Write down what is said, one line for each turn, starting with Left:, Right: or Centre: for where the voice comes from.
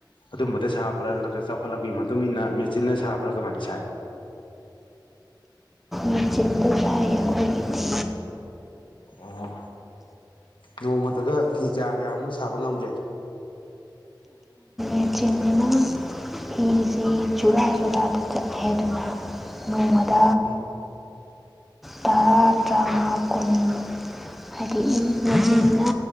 Left: ꯑꯗꯨꯝꯕꯗ ꯁꯥꯕ꯭ꯔꯥ ꯅꯠꯇ꯭ꯔꯒ ꯆꯥꯎꯈꯠꯂꯛꯄꯒꯤ ꯃꯇꯨꯡ ꯏ ꯃꯇꯨꯡꯏꯟꯅ ꯃꯦꯆꯤꯟꯅ ꯁꯥꯕ꯭ꯔꯥ ꯀꯃꯥꯏꯅ ꯁꯥꯏ
Centre: ꯃꯦꯆꯤꯟꯗ ꯁꯥꯏ ꯑꯩꯈꯣꯏꯒꯤꯗꯤ
Left: ꯑꯣ ꯅꯣꯡꯃꯗꯒ ꯐꯤ ꯆꯥ ꯀꯌꯥꯃꯨꯛ ꯁꯥꯕ ꯉꯝꯒꯦ
Centre: ꯃꯦꯆꯤꯅꯤꯅ ꯐꯤꯁꯦ ꯆꯨꯔꯥ ꯆꯨꯔꯥꯗ ꯆꯠꯂꯦꯗꯅ ꯅꯣꯡꯃꯗ
Left: ꯑ
Centre: ꯇꯔꯥ ꯇꯥꯃꯉꯥ ꯀꯨꯟ ꯍꯥꯏꯗꯤ ꯃꯆꯤꯅ